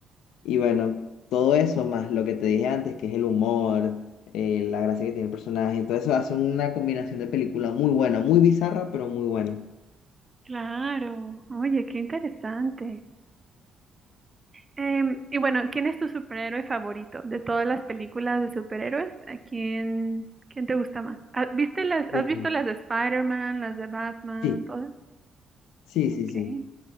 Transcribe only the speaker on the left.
Y bueno, todo eso, más lo que te dije antes, que es el humor, eh, la gracia que tiene el personaje, todo eso hace una combinación de película muy buena, muy bizarra, pero muy buena.
Sí,
sí,
sí,
sí. sí.